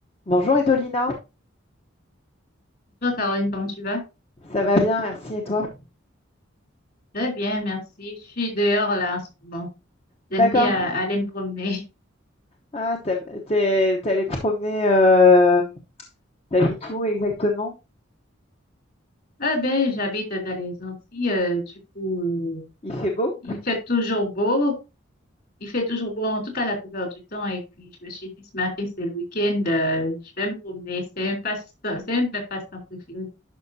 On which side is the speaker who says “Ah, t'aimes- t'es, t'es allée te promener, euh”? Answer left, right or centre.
Left